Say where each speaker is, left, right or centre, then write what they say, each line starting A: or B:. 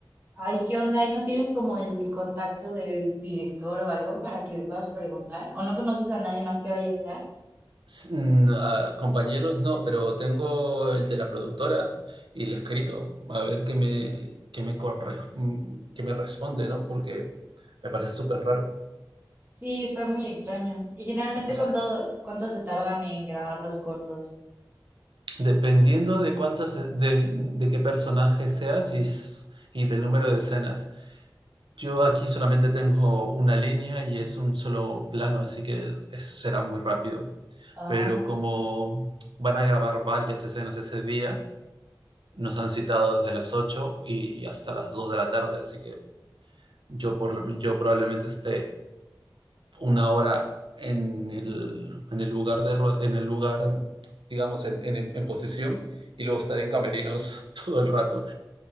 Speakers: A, on the right; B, on the right.
A: Ay, ¿qué onda? ¿Y no tienes como el contacto del director o algo para que le puedas preguntar? ¿O no conoces a nadie más que vaya a estar?
B: S- mm, a compañeros, no, pero tengo el de la productora y el escrito, a ver qué me, qué me, corre, mm, qué me responde, ¿no? Porque me parece súper raro.
A: Sí, está muy extraño. ¿Y generalmente
B: S-
A: cuánto, cuánto se tardan en grabar los cortos?
B: Dependiendo de cuántas, e- de, de qué personaje seas y, s- y del número de escenas. Yo aquí solamente tengo una línea y es un solo plano, así que es- será muy rápido.
A: Ah,
B: Pero como van a grabar varias escenas ese día, nos han citado desde las 8 y, y hasta las 2 de la tarde, así que yo, por, yo probablemente esté una hora en el, en el lugar, de, en el lugar digamos, en, en, en posición y luego estaré en camerinos <laughs> todo el rato.